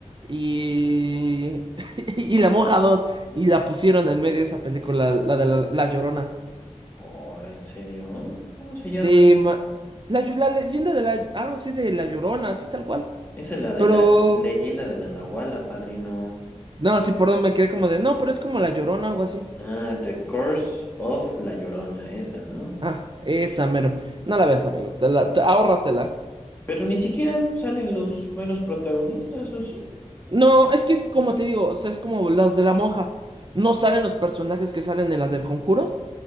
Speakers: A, on the right; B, on the left.
A: y... <laughs> y la monja dos Y la pusieron en medio de esa película, la de la la Llorona.
B: Ahora, ¿en serio? ¿Cómo se
A: Se
B: llama?
A: ma- la, llo- la leyenda de la... Algo así de La Llorona, así tal cual.
B: Esa es la de
A: Pero...
B: la leyenda de la Nahuala, padrino.
A: No, sí, perdón, me quedé como de... No, pero es como La Llorona, algo así.
B: Ah, The Curse of La Llorona, esa, ¿no?
A: Ah, esa mero. No la ves, amigo. Te la, te- ahórratela.
B: Pero ni siquiera salen los buenos protagonistas, ¿o sí?
A: No, es que es como te digo, o sea, es como los de la monja. No salen los personajes que salen en las del Conjuro,